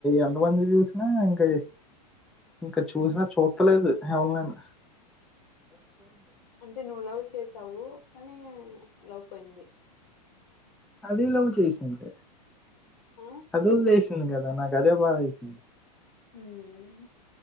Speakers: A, in the centre; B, on the left.
A: ఎంతమంది చూసినా ఇంకా ఇంకా చూసినా చూస్తలేదు ఎవరినేనా
B: అంటే నువ్వు లవ్ చేసావు కానీ లవ్ పోయింది
A: అదే ఎలాగో చేస్త అంటే
B: ఆ
A: అది వదిలేసి పుణ్యం కదా నాకు అదే బాధ వేసింది
B: ఉమ్